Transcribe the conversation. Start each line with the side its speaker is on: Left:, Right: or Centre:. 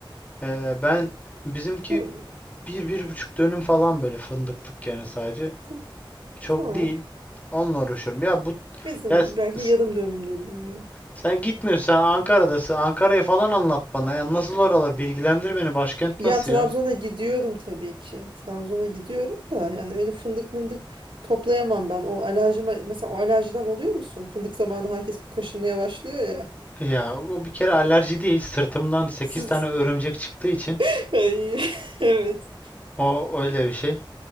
Left: E, ben bizimki
Right: <laughs>
Left: bir, bir buçuk dönüm falan böyle fındıklık yani sadece.
Right: T-
Left: Çok
Right: Tamam.
Left: değil. Onunla uğraşıyorum. Ya bu
Right: Bizim
Left: ya
Right: belki
Left: s-
Right: yarım dönümdür bilmiyorum.
Left: Sen gitmiyorsun, sen Ankara'dasın. Ankara'yı falan anlat bana ya. Nasıl oralar? Bilgilendir beni. Başkent
Right: Ya
Left: nasıl
Right: Trabzon'a
Left: ya?
Right: gidiyorum tabii ki. Trabzon'a gidiyorum da yani öyle fındık mındık toplayamam ben. O alerjime mesela o alerjiden oluyor musun? Fındık zamanı herkes bir kaşınmaya başlıyor ya.
Left: Ya o bir kere alerji değil. Sırtımdan sekiz
Right: Siz
Left: tane örümcek çıktığı için
Right: <laughs> Ay, <laughs> evet.
Left: o öyle bir şey.